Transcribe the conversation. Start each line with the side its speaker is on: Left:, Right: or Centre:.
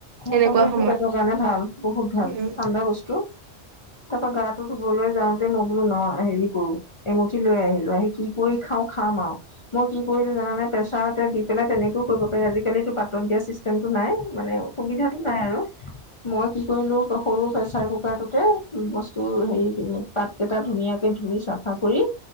Left: মচন্দৰিটো
Right: এনেকুৱা সময়ত
Left: পেটৰ কাৰণে ভাল বহুত ভাল
Right: উম
Left: ঠাণ্ডা বস্তু।
Right: <inaudible>
Left: তাৰপা গাটো ধুবলৈ যাওঁতে মই বোলো ন' হেৰি কৰো এমুঠি লৈ আহিলোঁ আহি কি কৰি খাওঁ খা মই কি কৰিলো জানে প্ৰেছাৰতে দি পেলাই তেনেকেও কৰিব পাৰি, আজিকালিতো পাতত দিয়া চিষ্টেমটো নাই। মানে সুবিধাটো নাই আৰু। মই কি কৰিলো সৰু প্ৰেচাৰ কুকাৰটোতে বস্তু হেৰি কৰিব পাতকেইটা ধো ধুনিয়াকে ধুই চাফা কৰি